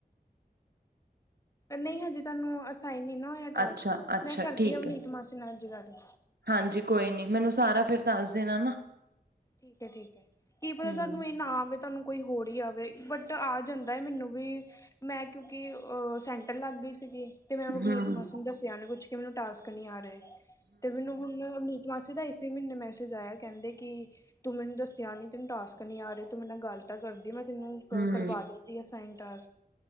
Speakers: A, on the left; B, on the right.
A: ਨਈ ਹਜੇ ਤਾਨੂੰ ਅਸਾਈਨ ਨੀ ਨਾ ਹੋਆ ਟਾਸਕ
B: ਅੱਛਾ ਅੱਛਾ
A: ਮੈਂ ਕਰਦੀ
B: ਠੀਕ
A: ਆ ਅੱਜ ਅਵਨੀਤ
B: ਹੈ
A: ਮਾਸੀ ਨਾਲ ਅੱਜ ਗੱਲ।
B: ਹਾਂਜੀ ਕੋਈ ਨੀ ਮੈਨੂੰ
A: ਹਾਂਜੀ
B: ਸਾਰਾ ਫਿਰ ਦੱਸ ਦੇਨਾ ਨਾ।
A: ਠੀਕ ਐ ਠੀਕ ਐ ਕੀ ਪਤਾ
B: ਹਮ
A: ਤਾਂਨੂੰ ਐ ਨਾ ਆਵੈ ਤਾਨੂੰ ਕੋਈ ਹੋਰ ਈ ਆਵੇ ਬਟ ਆ ਜਾਂਦਾ ਏ ਮੈਨੂੰ ਵੀ ਮੈਂ ਕਿਉਂਕਿ ਅ ਸੈਂਟਰ ਲੱਗ ਗਈ ਸੀਗੀ। ਤੇ ਮੈ ਅਵਨੀਤ
B: ਹਮ
A: ਮਾਸੀ ਨੂੰ ਦੱਸਿਆ ਨੀ ਕੁਛ ਕਿ ਮੈਨੂੰ ਟਾਸਕ ਨੀ ਆ ਰਹੇ ਤੇ ਮੈਨੂੰ ਹੁਨ ਅਵ ਮਾਸੀ ਦਾ ਇਸੀ ਮੀਨੇ ਮੈਸੇਜ ਆਇਆ ਕੇਂਦੇ ਕਿ ਤੂੰ ਮਨੂੰ ਦੱਸਿਆ ਨੀ ਤੈਨੂੰ ਟਾਸਕ ਨੀ ਆ ਰਹੇ ਤੂੰ ਮੇਰੇ ਨਾਲ ਗੱਲ ਤਾਂ ਕਰਦੀ ਮੈਂ ਤਨੂੰ
B: ਹੂੰ-ਹੂੰ-ਹੂੰ
A: ਕਰਵਾ ਦਿੰਦੀ ਅਸਾਇਨ ਟਾਸਕ